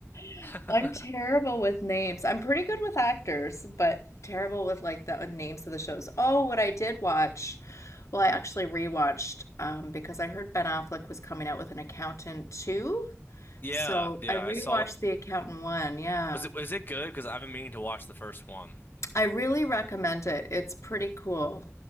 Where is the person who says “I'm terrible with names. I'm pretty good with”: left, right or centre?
Left